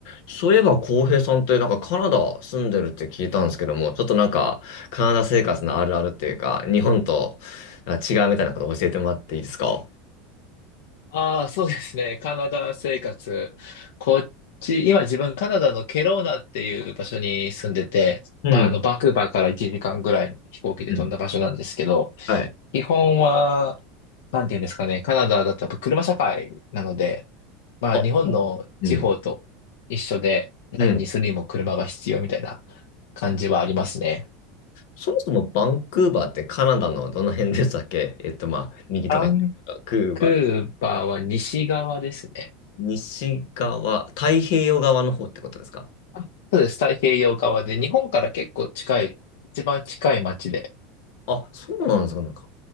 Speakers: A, on the left (about 70°); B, on the left (about 85°).
A: そういえば、浩平さんってなんかカナダ住んでるって聞いたんですけども、ちょっとなんかカナダ生活のあるあるっていうか、日本となんか違うみたいなこと教えてもらっていいですか
B: ああ、そうですね。カナダ生活。こっち、今自分カナダのケローナっていう場所に住んでて、
A: うん。
B: まあ、あの、バンクーバーから1時間ぐらい飛行機で飛んだ場所なんですけど、
A: うんはい。
B: 基本は、なんていうんですかね、カナダだとやっぱ車社会なので、まあ、
A: あ、
B: 日本の地方と一緒で、
A: うん。うん。
B: 何にするにも車が必要みたいな感じはありますね。
A: そもそもバンクーバーってカナダのどの辺でしたっけえっと、まあ、右とか左とか、
B: バン
A: クーバー。
B: クーバーは西側ですね。
A: 西側、太平洋側の方ってことですか
B: あ、そうです。太平洋側で、日本から結構近い、一番近い町で、
A: あ、そうなんですか、なんか。